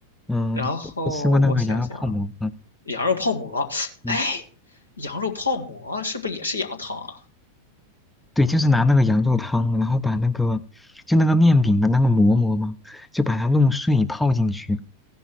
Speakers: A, in the centre; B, on the left.
A: 嗯，
B: 然后我想想啊，
A: 我吃过那个羊肉泡馍。嗯
B: 羊肉泡馍，
A: 嗯，
B: 哎，羊肉泡馍是不是也是羊汤啊？
A: 对，就是拿那个羊肉汤，然后把那个就那个面饼的那个馍馍嘛，就把它弄碎泡进去。